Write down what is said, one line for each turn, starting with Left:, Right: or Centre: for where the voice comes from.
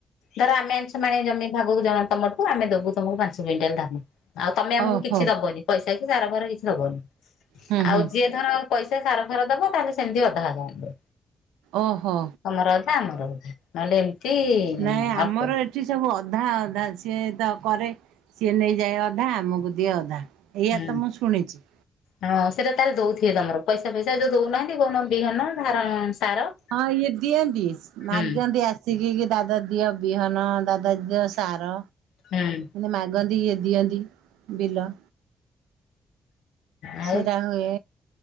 Left: ଧର ଆମେ ସେମାନେ ଜମି ଭାଗକୁ ଜଣ ତମଠୁ ଆମେ ଦେବୁ ତମକୁ ପାଞ୍ଚ କୁଇଣ୍ଟାଲ ଧାନ, ଆଉ ତମେ ଆମକୁ
Right: ଓହୋ
Left: କିଛି ଦବନି। ପଇସା କିଛି ସାରଫାର କିଛି ଦେବନି।
Right: ହୁଁ
Left: ଆଉ
Right: ହୁଁ
Left: ଯିଏ ଧର ପଇସା ସାର ଫାର ଦବ ତାହେଲେ ସେମିତି ଅଧା ହେବା ହଵ।
Right: ଓହୋ।
Left: ତମର ଅଧା, ଆମର ଅଧା। ନହେଲେ ଏମିତି
Right: ନାଇଁ
Left: ଅଳ୍ପ।
Right: ଆମର ଏ ସେଠି ସବୁ ଅଧା ଅଧା। ସିଏ ତ କରେ ସିଏ ନେଇଯାଏ ଅଧା। ଆମକୁ ଦିଏ ଅଧା। ଏଇଆ
Left: ହୁଁ
Right: ତ ମୁଁ ଶୁଣିଛି।
Left: ହଁ, ସେଟା ତାର ଦଉଥିବେ ତମର, ପଇସା ପଇସା ଯୋଉ ଦଉନାହାନ୍ତି କହୁନ ବିହନ ଧାର ସାର
Right: ହଁ ଇଏ ଦିଅନ୍ତି
Left: ହୁଁ
Right: ମାଗନ୍ତି ଆସ ଆଶିକି ଦାଦା ଦିଅ ବିହନ, ଦାଦା ଦିଅ ସାର
Left: ହୁଁ।
Right: ମାଗନ୍ତି ଇଏ ଦିଅନ୍ତି ବିଲ।
Left: ଆଉ।
Right: ସେଟା ହୁଏ